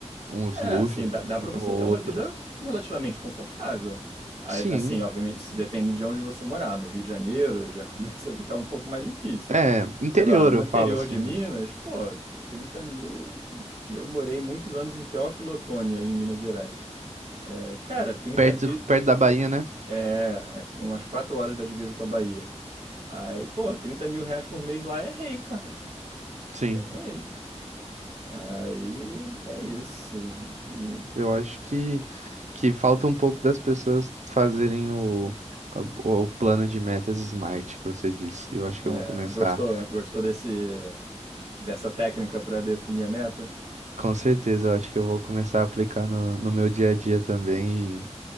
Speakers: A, on the right; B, on the right.
A: uns
B: É,
A: luxos,
B: assim, dá,
A: assim,
B: dá para você
A: ou outro.
B: ter uma vida relativamente confortável. A-
A: Sim,
B: Assim, obviamente, isso depende de onde você morar. No Rio de Janeiro já <laughs> começa a ficar um pouco mais difícil.
A: é, interior
B: Agora, no
A: eu
B: interior
A: falo assim,
B: de Minas,
A: né?
B: pô, trinta mil. Eu morei muitos anos em Teófilo Otoni em Minas Gerais. É, cara, trinta
A: Perto,
B: mil
A: perto da Bahia, né?
B: é, é umas 4 horas da divisa com a Bahia. Aí, pô, trinta mil reais por mês lá é rei, cara.
A: Sim,
B: É rei. Aí é isso. E,
A: eu acho que, que falta um pouco das pessoas fazerem o, o, o plano de metas smart que você disse. Eu acho
B: é,
A: que eu vou começar
B: gostou, gostou desse, dessa técnica para definir a meta?
A: Com certeza, eu acho que eu vou começar a aplicar no, no meu dia a dia também, e-